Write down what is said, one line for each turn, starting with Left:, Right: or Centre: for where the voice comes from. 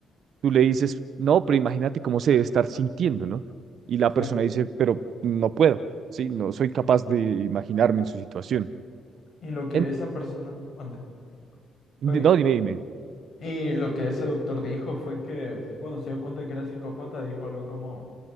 Right: tú le dices, no, pero imagínate cómo se debe estar sintiendo, ¿no? Y la
Left: sí.
Right: persona dice, pero no puedo, ¿sí? No soy capaz de imaginarme en su situación.
Left: Y lo que
Right: En-
Left: esa persona, mande. Oye,
Right: di- no, dime, dime.
Left: Y lo que ese doctor dijo fue que, bueno, se dio cuenta que era psicópata, dijo algo como,